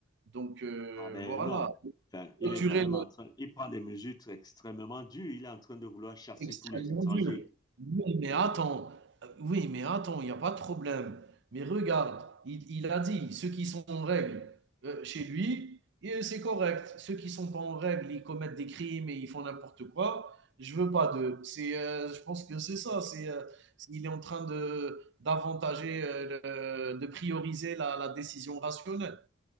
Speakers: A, on the right; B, on the left.
A: Donc, euh,
B: Ah ben
A: voilà.
B: non. Enfin, il
A: Clôturer
B: est quand même en train, il prend des mesures très- extrêmement dures. Il est en train de vouloir chasser
A: Extrêmement
B: tous les étrangers
A: dur. Oui, mais attends, heu, oui, mais attends, il y a pas de problème. Mais regarde, il il a dit: «Ceux qui sont en règle, heu, chez lui, et euh, c'est correct. Ceux qui ne sont pas en règle, ils commettent des crimes et ils font n'importe quoi. Je veux pas d'eux». C'est, heu, je pense que c'est ça, c'est, heu, il est en train de d'avantager, heu, le de prioriser la la décision rationnelle.